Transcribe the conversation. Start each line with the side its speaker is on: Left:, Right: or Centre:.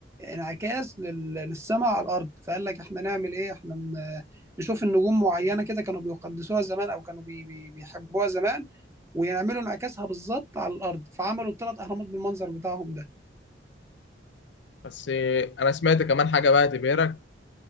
Right: انعكاس لل... للسماء على الارض فقال لك احنا نعمل ايه احنا ن... نشوف النجوم معينه كده كانوا بيقدسوها زمان او كانوا بي... بي... بيحبوها زمان ويعملوا انعكاسها بالظبط على الارض فعملوا الثلاث اهرامات بالمنظر بتاعهم ده
Left: بس انا سمعت كمان حاجه بقى تبهرك